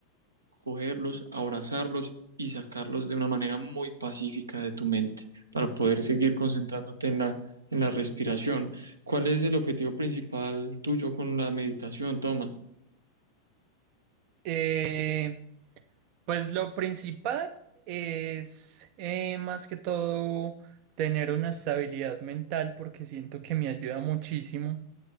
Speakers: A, on the right; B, on the right.
A: cogerlos, abrazarlos y sacarlos de una manera muy pacífica de tu mente para poder seguir concentrándote en la, en la respiración. ¿Cuál es el objetivo principal tuyo con la meditación, Tomás?
B: Eh, pues lo principal es eh, más que todo tener una estabilidad mental porque siento que me ayuda muchísimo.